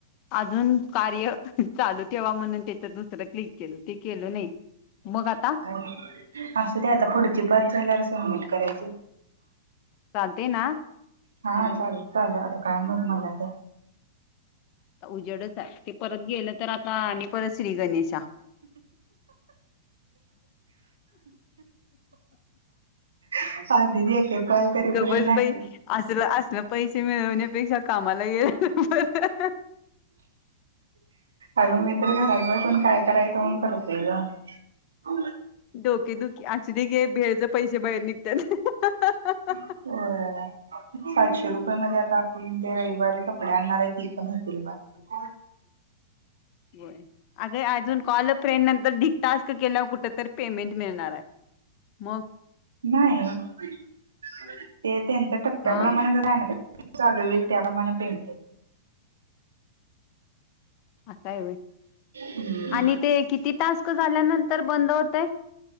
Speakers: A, on the left; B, on the right.
A: अजून कार्य <inaudible> चालू ठेवा म्हणून त्याच्यात दुसरं क्लिक केल ते केल नाही. मग आता?
B: <inaudible> असुदे आता पुढची पाच झाल्यावर सबमिट करायची.
A: चालतय ना?
B: हा चालेल -चालेल आता काय मग मला तर.
A: उजेडच हाय ते परत गेलं तर आता आणि परत श्री गणेशा.
B: <unintelligible> करेपर्यंत
A: गबस
B: ना की
A: बाई असलं -असलं पैसे मिळवण्यापेक्षा कामाला गेलेल बर <inaudible>
B: अगं मी तर <inaudible> घरात बसून काय करायचं म्हणून करतोय ग
A: डोके दुखी असुदे घे भेळच पैसे बाहेर निघत्यात <inaudible>
B: होय सातशे रुपये मध्ये <inaudible> आता आपण ते रविवारी कपडे आणणार आहे ती पण होतील बर
A: हम् <inaudible> ब अगे अजून कॉल फ्रेंड नंतर ढीग टास्क केलावर कुठ तर पेमेंट मिळणार आहे मग
B: नाही <inaudible> ते त्यांच टप्प्याप्रमाणेच
A: हा
B: राहणार चालू होईल त्या प्रमाणे पेमेंट
A: अस हाय होय
B: येईल.
A: आणि ते किती टास्क झाल्यानंतर बंद होतय?